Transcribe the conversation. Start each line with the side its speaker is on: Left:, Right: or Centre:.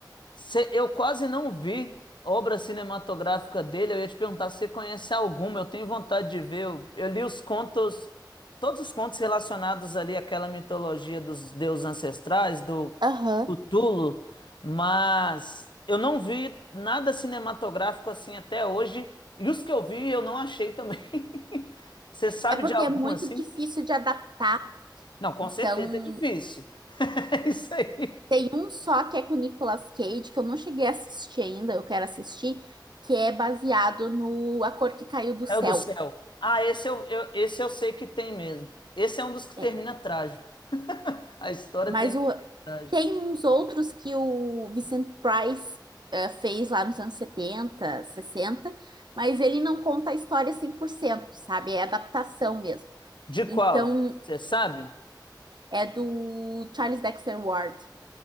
Left: Cê- eu quase não vi obra cinematográfica dele. Eu ia te perguntar se você conhece alguma. Eu tenho vontade de ver. Eu, eu li os contos, todos os contos relacionados ali àquela mitologia dos deuses ancestrais, do
Right: Aham.
Left: Cthulhu, mas eu não vi nada cinematográfico assim até hoje. E os que eu vi, eu não achei também. <laughs> Você sabe
Right: É porque
Left: de algum
Right: é muito
Left: assim?
Right: difícil de adaptar.
Left: Não, com
Right: Então,
Left: certeza é difícil. <laughs> É isso aí.
Right: tem um só que é com o Nicolas Cage, que eu não cheguei a assistir ainda, eu quero assistir, que é baseado no A Cor que Caiu do
Left: É
Right: Céu.
Left: o do céu. Ah, esse eu, eu- esse eu sei que tem mesmo. Esse é um dos que termina
Right: É.
Left: trágico. <laughs> A história
Right: Mas
Left: termina
Right: o,
Left: bem trágica.
Right: tem uns outros que o Vincent Price eh, fez lá nos anos 70, 60, mas ele não conta a história 100%, sabe? É adaptação mesmo.
Left: De qual?
Right: Então,
Left: Você sabe?
Right: é do Charles Dexter Ward.